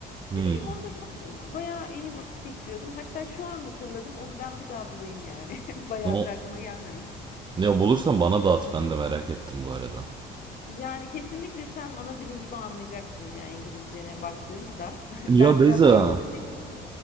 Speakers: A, on the right (about 25°); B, on the left (about 55°).
A: Hmm.
B: Ne bileyim onunla çok bayağı iyi vakit geçiriyordum. Hatta şu an hatırladım. Onu ben bir daha bulayım yani. <laughs> Bayağıdır
A: O-
B: aklıma gelmemiş.
A: Ya bulursan bana dağıt ben de merak ettim bu arada.
B: Yani kesinlikle sen ana dilin gibi anlayacaksın yani İngilizcene baktığımda. <laughs> Ben
A: Ya Beyza.
B: biraz geliştirmek için.